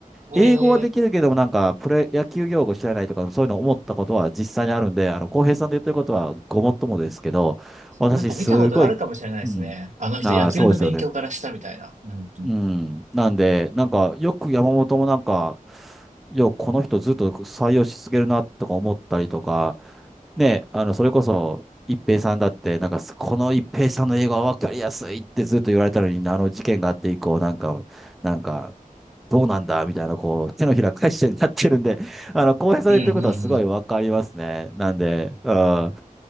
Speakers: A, on the right (about 55°); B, in the centre.
A: へえ。
B: 英語はできるけども、なんか、プロ野球用語知らないとか、そういうの思ったことは実際にあるんで、あの、浩平さんで言ってることはごもっともですけど、私、
A: なんか見たことあるかもしれないですね。
B: すごい、うん。
A: あの人野球の勉強からしたみたいな。
B: ああ、そうですよね。
A: うんうん。
B: うん。なんで、なんか、よく山本もなんか、よ、この人ずっと採用し続けるな、とか思ったりとか、ね、あの、それこそ、一平さんだって、なんか、この一平さんの英語は分かりやすいってずっと言われたのに、あの事件があって以降、なんか、なんか、どうなんだみたいな、こう、手のひら返しになってるんで、<laughs> あの、浩平さんの言ってることはすごいわかりますね。
A: うんうんうん。
B: なんで、うん。